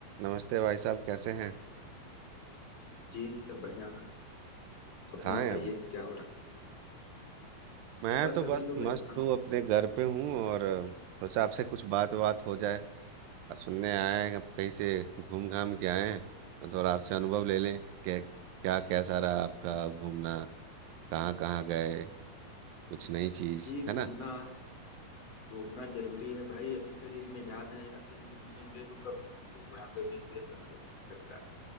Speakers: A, on the right; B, on the left.
A: नमस्ते भाई साहब कैसे हैं
B: जी सब बढ़िया अपना
A: कहाँ
B: बताइए
A: हैं अभी
B: क्या हो रहा
A: मैं
B: बस
A: तो बस
B: अभी तो बैठा
A: मस्त
B: हूँ
A: हूँ अपने घर पे हूँ और अ, सोचा आपसे कुछ बात बात हो जाए अब सुनने आए हैं आप कहीं से घूम घाम के आए हैं तो थोड़ा आपसे अनुभव ले लें कि क्या कैसा रहा आपका घूमना कहाँ कहाँ गए कुछ नई चीज
B: जी
A: है
B: घूमना
A: ना
B: घूमना जरूरी है भाई अभी शरीर में जान है अभी नहीं घूमेंगे तो कब घूमेंगे बुढ़ापे में तो यह सब हो नहीं सकता